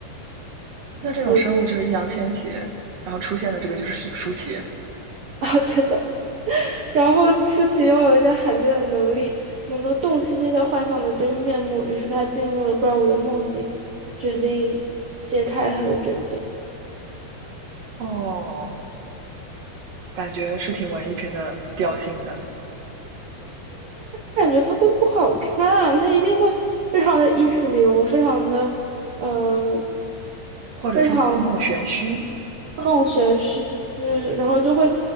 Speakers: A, on the right; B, on the right.
A: 那这种生物就是易烊千玺，
B: 有什么
A: 然后出现的这个就是舒淇
B: <laughs>？啊，对的。然后舒淇拥有一些罕见的能力，能够洞悉这些幻象的真面目。于是她进入了怪物的梦境，决定揭开它的真相。
A: 哦，感觉是挺文艺片的调性的，
B: 感觉它会不好看，它一定会非常的意识流，非常的，嗯，
A: 或者说故弄玄虚，
B: 非常。那种玄虚，然后就会，